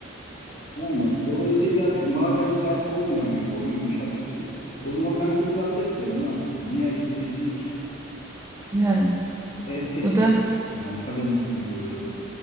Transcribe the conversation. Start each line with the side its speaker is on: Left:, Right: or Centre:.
Left: Tamam mı? Dolayısıyla madem sert olmayan bir oyun, yumuşak bir oyun, o zaman ben kızlarda izlerim abi bunu. Niye erkekte izleyeyim ki?
Right: Yani
Left: Estetik
Right: bu da
Left: olsun yani kadın vücudu